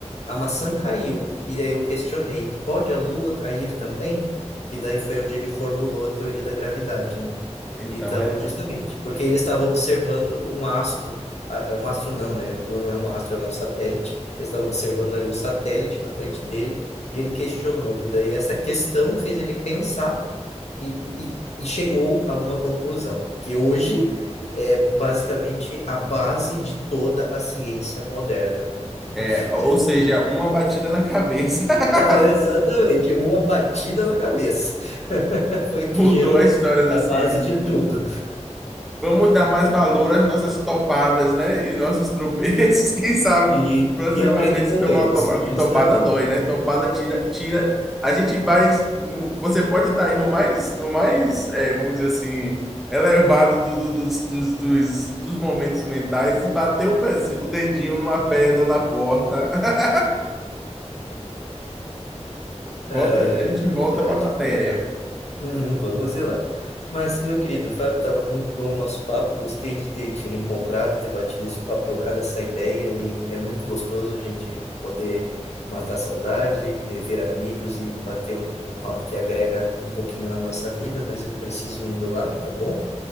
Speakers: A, on the left; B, in the centre.
A: A maçã caiu, e daí eu questionei, pode a lua cair também? E daí foi onde ele formulou a teoria da gravidade, né?
B: Então
A: Então,
B: é,
A: justamente, porque ele estava observando um astro, ah, um astro não, né? A lua não é um astro, ela é um satélite. Ele estava observando ali o satélite na frente dele e ele questionou. E daí essa questão fez ele pensar e, e- e chegou a uma conclusão, que hoje é basicamente a base de toda a ciência moderna, né?
B: é, ou
A: Se a gente-
B: seja, uma batida na cabeça <laughs>
A: <laughs> Exatamente, uma batida na cabeça. <laughs> Foi o
B: mudou
A: que gerou
B: a história da
A: a
B: ciência.
A: base de tudo.
B: Vamos dar mais valor às nossas topadas, né? E nossos tropeços. <laughs> Quem sabe,
A: E,
B: proximamente,
A: e aprender com
B: se tomar
A: eles,
B: uma topada.
A: justamente.
B: Que topada dói, né? Topada tira, tira. A gente vai. Você pode estar aí no mais, no mais, é, vamos dizer assim, elevado do- do- dos, dos, dos, dos momentos mentais, bater o pezinho, o dedinho numa pedra na porta. <laughs> Bota,
A: Ai,
B: a
A: ai,
B: gente
A: é verdade.
B: volta para a matéria.
A: Uhum, vamos ir lá. Mas, meu querido Fábio, estava muito bom o nosso papo. Gostei de ter te reencontrado, ter batido esse papo, trocado essa ideia. E é muito gostoso a gente poder matar a saudade, rever amigos e bater um, um papo que agrega um pouquinho na nossa vida. Mas eu preciso indo lá, tá bom?